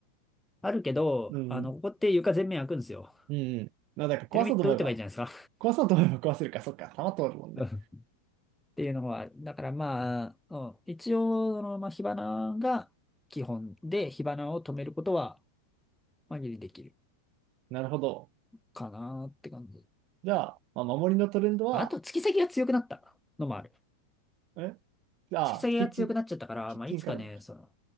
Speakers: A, in the centre; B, on the right.
A: あるけど、
B: うん。
A: あの、
B: う
A: ここって床全面開くんですよ。
B: んうん。まあ、だから壊そうと思えば、
A: テルミット打てばいいじゃないですか。
B: 壊そうと思えば壊せるか、そっか、弾通るもんね。
A: <laughs> っていうのはある、だからまあ、うん、一応、その、まあ、火花が基本で、火花を止めることは、紛れできる
B: なるほど。
A: かなって感じ。
B: じゃあ、まあ、守りのトレンドは、
A: あと、突き先が強くなったのもある。
B: えじゃあ、
A: 突き先が強くなっちゃったから、
B: キッチン、キッチンからだ。
A: まあ、いつかね、その、